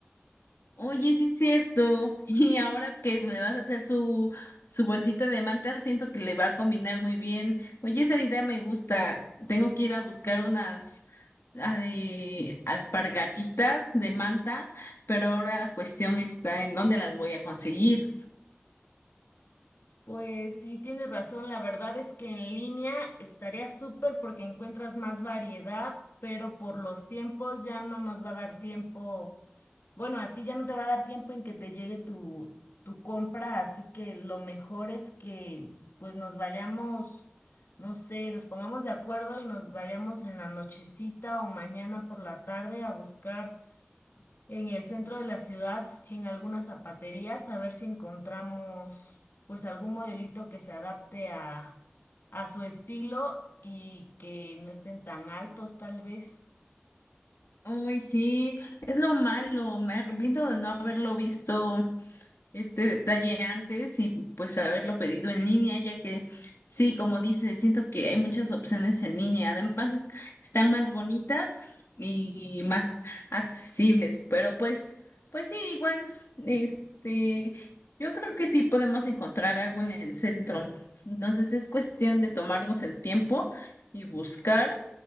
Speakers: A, on the left; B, on the left.
A: Oye, sí es cierto. <laughs> Y ahora que le vas a hacer su, su bolsita de manta, siento que le va a combinar muy bien. Oye, esa idea me gusta. Tengo que ir a buscar unas ay, alpargatitas de manta, pero ahora la cuestión está en dónde las voy a conseguir.
B: Pues sí, tienes razón, la verdad es que en línea estaría súper porque encuentras más variedad, pero por los tiempos ya no nos va a dar tiempo Bueno, a ti ya no te va a dar tiempo en que te llegue tu, tu compra, así que lo mejor es que pues nos vayamos, no sé, nos pongamos de acuerdo y nos vayamos en la nochecita o mañana por la tarde a buscar en el centro de la ciudad, en algunas zapaterías, a ver si encontramos pues algún modelito que se adapte a, a su estilo y que no estén tan altos tal vez.
A: Ay, sí, es lo malo. Me arrepiento de no haberlo visto este detalle antes y pues haberlo pedido en línea, ya que sí, como dice, siento que hay muchas opciones en línea. Además, es- están más bonitas y más accesibles, pero pues, pues sí, igual, este, yo creo que sí podemos encontrar algo en el centro. Entonces es cuestión de tomarnos el tiempo y buscar